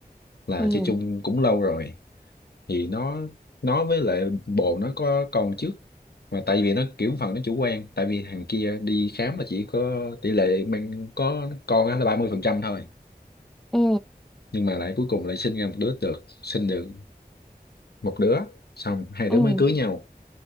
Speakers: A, on the left (about 85°); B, in the centre.
A: là
B: ừ
A: chơi chung cũng lâu rồi thì nó nó với lại bồ nó có con trước mà tại vì nó kiểu phần nó chủ quan tại vì thằng kia đi khám là chỉ có tỷ lệ mang có con á là ba mươi phần trăm thôi
B: ừ
A: nhưng mà lại cuối cùng lại sinh ra một đứa được sinh được một đứa xong hai
B: ừ
A: đứa mới cưới nhau